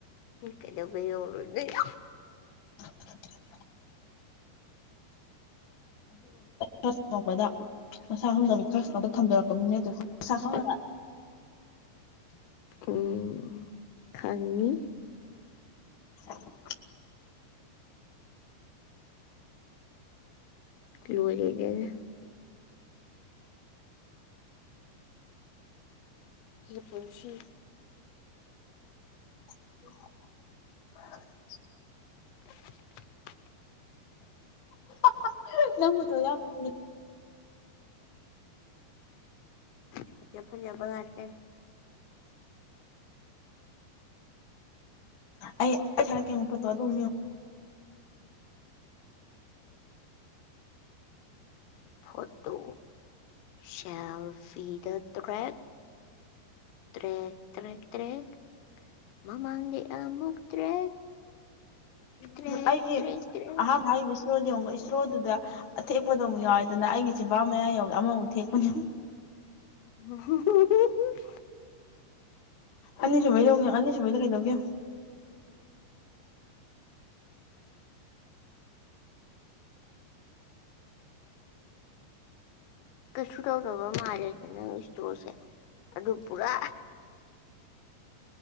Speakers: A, on the left; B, on the left.
A: ꯏ ꯀꯩꯗꯕ ꯌꯧꯔꫭꯏꯗꫭꯏꯅꯨ
B: <unintelligible> ꯑꯁꯤꯐꯧꯄꯗ ꯃꯁꯥ ꯈꯪꯗꯕ ꯑꯗ ꯊꯝꯖꯔꯛꯄꯅꯤꯅꯦ ꯑꯗꯨ ꯈ ꯊꯝ
A: ꯎꯝ ꯈꯪꯅꯤ
B: <unintelligible>
A: ꯂꯣꯏꯔꯦꯅꯦꯅꯦ ꯍ ꯄꯨꯟꯁꯤ
B: <unintelligible>
A: <unintelligible>
B: <unintelligible>
A: <unintelligible>
B: ꯑꯩ ꯑꯩ ꯊꯔꯛꯀꯦꯉꯨꯛ ꯄꯣꯠꯇꯣ ꯑꯗꯨꯣ
A: ꯐꯇꯣ ꯁꯥꯝꯐꯤꯗ ꯊ꯭ꯔ ꯇ꯭ꯔꯦ ꯇ꯭ꯔꯦ ꯇ꯭ꯔꯦꯛꯠ ꯃꯃꯥꯡꯒꯤ ꯑꯃꯨꯛ ꯇ꯭ꯔꯦꯛ ꯇ꯭ꯔꯦꯛ
B: ꯑꯩꯒꯤ
A: ꯇ꯭ꯔꯦꯛ ꯇ꯭ꯔꯦꯛ
B: ꯑꯍꯥꯟꯕ ꯍꯥꯏꯔꯤꯕ ꯏꯁꯣꯔꯣꯗ ꯌꯦꯡꯕ ꯏꯁꯣꯔꯣꯗꯨꯗ ꯑꯊꯦꯛꯄꯗ ꯑꯃꯨꯛ ꯌꯥꯎꯋꯦꯗꯅ ꯑꯩꯒꯤ ꯆꯤꯟꯝꯕꯥ ꯃꯌꯥ ꯌꯧꯔꯦ ꯑꯃꯃꯨꯛ ꯊꯦꯛꯄꯅꯦ
A: ꯍꯨꯝ ꯍꯨꯝ
B: ꯑꯅꯤ ꯁꯃꯕꯩ ꯌꯧꯅꯤꯦ ꯑꯅꯤꯁꯨꯕꯩ ꯀꯩꯗꯧꯒꯦ
A: ꯀꯩꯁꯨ ꯇꯧꯗꯕ ꯃꯥꯜꯜꯂꯤꯂꯦꯗꯅꯪ ꯏꯁꯇ꯭ꯔꯣꯁꯦ ꯑꯗꯨ ꯄꯨꯔꯥ